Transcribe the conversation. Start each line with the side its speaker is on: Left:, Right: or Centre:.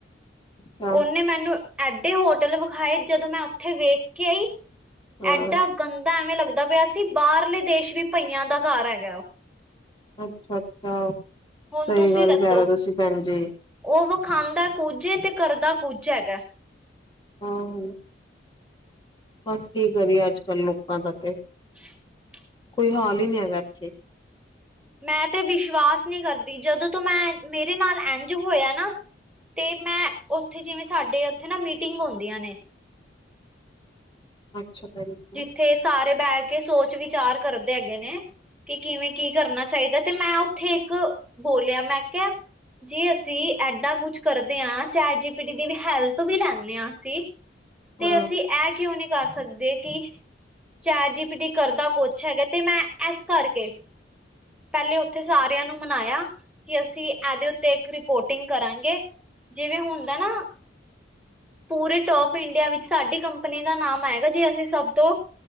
Left: ਅੱਛਾ
Centre: ਓਨੇ ਮੈਨੂੰ ਏਡੇ ਹੋਟਲ ਵਿਖਾਏ ਜਦੋਂ ਮੈਂ ਉੱਥੇ ਵੇਖ ਕੇ ਆਈ
Left: ਹਾਂ
Centre: ਐਡਾ ਗੰਦਾ, ਐਵੇਂ ਲੱਗਦਾ ਪਿਆ ਸੀ ਬਾਹਰਲੇ ਦੇਸ਼ ਵੀ ਭਈਆਂ ਦਾ ਘਰ ਹੈਗਾ ਉਹ।
Left: ਅੱਛਾ-ਅੱਛਾ
Centre: ਹੁਣ
Left: ਸਹੀ
Centre: ਤੁਸੀਂ
Left: ਗੱਲ
Centre: ਦੱਸੋ
Left: ਕਹਿ ਰਹੇ ਤੁਸੀਂ ਭੈਣ ਜੀ।
Centre: ਉਹ ਵਿਖਾਂਦਾ ਕੁਝ ਏ, ਤੇ ਕਰਦਾ ਕੁਛ ਹੈਗਾ
Left: ਆ ਹੋ ਬਸ ਕੀ ਕਰੀਏ ਅੱਜ ਕੱਲ੍ਹ ਲੋਕਾਂ ਦਾ ਤੇ
Centre: <inaudible>
Left: ਕੋਈ ਹਾਲ ਹੀ ਨਹੀਂ ਹੈਗਾ ਏਥੇ
Centre: ਮੈਂ ਤੇ ਵਿਸ਼ਵਾਸ ਨਹੀਂ ਕਰਦੀ ਜਦੋਂ ਤੋਂ ਮੈਂ ਮੇਰੇ ਨਾਲ ਐਂਜ ਹੋਇਆ ਨਾ ਤੇ ਮੈਂ ਉੱਥੇ ਜਿਵੇਂ ਸਾਡੇ ਉੱਥੇ ਨਾ ਮੀਟਿੰਗ ਹੁੰਦੀਆਂ ਨੇ
Left: ਅੱਛਾ ਭੈਣਜੀ
Centre: ਥੇ ਸਾਰੇ ਬੈਠ ਕੇ ਸੋਚ-ਵਿਚਾਰ ਕਰਦੇ ਹੈਗੇ ਨੇ ਕਿ ਕਿਵੇਂ ਕੀ ਕਰਨਾ ਚਾਹੀਦਾ? ਤੇ ਮੈਂ ਉੱਥੇ ਇੱਕ ਬੋਲਿਆ ਮੈਂ ਕਿਹਾ ਜੇ ਅਸੀਂ ਐਡਾਂ ਕੁਛ ਕਰਦੇ ਆਂ, ਚੈਟ ਜੀਪੀਟੀ ਦੀ ਵੀ ਹੈਲਪ ਵੀ ਲੈਂਦੇ ਹਾਂ ਅਸੀਂ ਤੇ
Left: ਹਾਂ
Centre: ਅਸੀਂ ਐ ਕਿਉਂ ਨੀ ਕਰ ਸਕਦੇ ਕਿ ਚੈਟ ਜੀਪੀਟੀ ਕਰਦਾ ਕੁਛ ਹੈਗਾ ਤੇ ਮੈਂ ਏਸ ਕਰਕੇ ਪਹਲੇ ਉੱਥੇ ਸਾਰਿਆਂ ਨੂੰ ਮਨਾਇਆ ਕਿ ਅਸੀਂ ਏਦੇ ਉੱਤੇ ਇੱਕ ਰਿਪੋਰਟਿੰਗ ਕਰਾਂਗੇ, ਜਿਵੇਂ ਹੁੰਦਾ ਨਾ ਪੂਰੇ ਟੋਪ ਇੰਡੀਆ ਵਿੱਚ ਸਾਡੀ ਕੰਪਨੀ ਦਾ ਨਾਮ ਆਏਗਾ ਜੇ ਅਸੀਂ ਸਭ ਤੋਂ